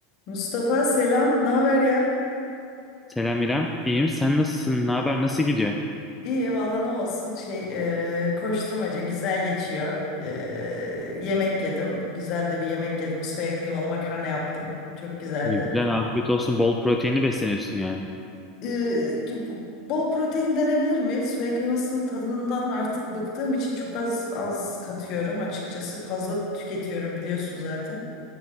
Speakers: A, on the left (about 45°); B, in the centre.
A: Mustafa selam, ne haber ya?
B: Selam İrem. İyiyim. Sen nasılsın? Ne haber? Nasıl gidiyor?
A: İyi valla ne olsun şey e, koşturmaca güzel geçiyor. E, yemek yedim, güzel de bir yemek yedim. Soya kıymalı makarna yaptım, çok güzeldi.
B: İyi, Güzel, afiyet olsun. Bol proteinli besleniyorsun yani.
A: E, bu- bol protein denebilir mi? Soya kıymasının tadından artık bıktığım için çok az az katıyorum açıkçası. Fazla tüketiyorum biliyorsun zaten.